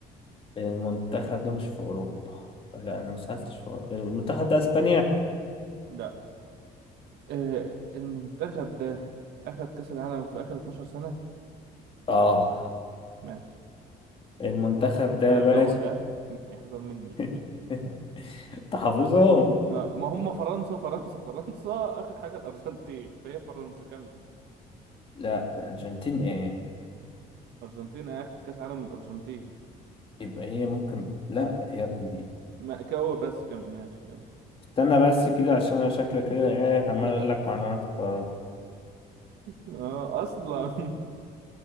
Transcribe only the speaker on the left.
المنتخب ده مش في اوروبا لا انا ما سالتش في أوروبا. المنتخب ده اسبانيا
اه
المنتخب
ده
يا باشا
<laughs> تحافظهم
لا الارجنتين ايه
يبقى هي ممكن لا يا ابني
استنى بس كده عشان انا شكلي كده ايه عمال
اقول لك معلومات غلط